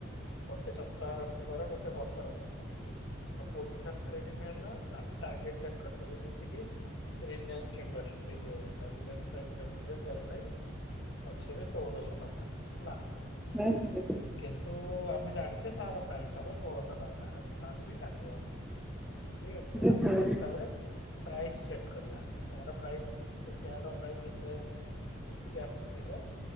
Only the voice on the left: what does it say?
ଗୋଟେ ସପ୍ତାହ ରଖିପର ଗୋଟେ ବର୍ଷ ରଖିପାର। ଆଉ ପୋଜିସନ ଟେଡି ହେଲା ଟଗେଟ କରି ଯେମତି ରେଲିଆ ଇଣ୍ଡଷ୍ଟ୍ରି ଯେ ରିଲୟନ୍ସ ଇଣ୍ଡଷ୍ଟ୍ରି ସେରମାଇସ ପଛେ ଏବେ ଚଉଦଶହ ଟଙ୍କା ନା ହେଲା।
କିନ୍ତୁ ଆମେ ଜାଣିଛେ ତାର ପ୍ରାଇସ୍ ହବ ଷୋଳଶହ ଟଙ୍କା ଆଜି ନହେଲେ ବି କାଲି ହବ। ଠିକ ଅଛି
ଆମେ
ସେଇ ହିସାବରେ ପ୍ରାଇସ ସେଟ କରିବା। ସୋର ପ୍ରାଇ ଯେେ ସେୟାର ର ପ୍ରାଇସ୍ ଯେତେ ଏତିକି ଆସିଯିବ